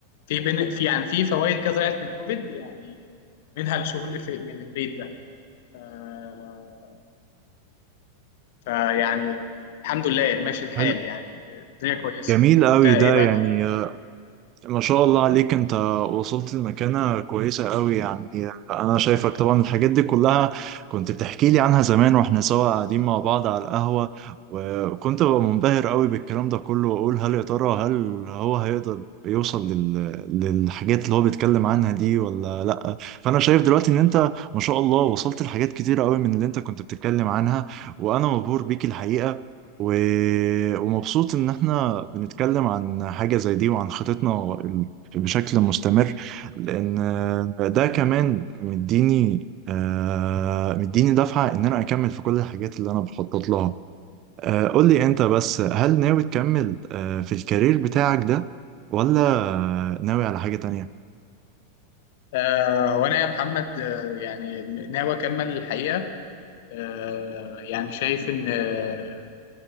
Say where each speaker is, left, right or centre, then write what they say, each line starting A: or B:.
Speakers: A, on the left; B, on the right.
A: في بن... في يعني في فوائد كده طلعت من كوفيد يعني منها الشغل في من البيت ده آه، فيعني الحمد لله ماشي الحال
B: حلو
A: يعني الدنيا كويسه
B: جميل أوي
A: انت ايه
B: ده
A: بقى
B: يعني ما شاء الله عليك انت وصلت لمكانة كويسة قوي يعني انا شايفك طبعا الحاجات دي كلها كنت بتحكي لي عنها زمان واحنا سوا قاعدين مع بعض على القهوة وكنت ببقى منبهر قوي بالكلام ده كله واقول هل يا ترى هل هو هيقدر يوصل لل... للحاجات اللي هو بيتكلم عنها دي ولا لا فانا شايف دلوقتي ان انت ما شاء الله وصلت لحاجات كتيرة قوي من اللي انت كنت بتتكلم عنها وانا مبهور بيك الحقيقة و... ومبسوط إن إحنا بنتكلم عن حاجة زي دي وعن خطتنا ال- بشكل مستمر لأن ده كمان مديني آه، مديني دفعة إن أنا أكمل في كل الحاجات اللي أنا بخطط لها آه، قول لي أنت بس هل ناوي تكمل آه، في الكارير بتاعك ده ولا ناوي على حاجة تانية؟
A: آه هو انا يا محمد آه يعني ناوي اكمل الحقيقه آه يعني شايف ان آه،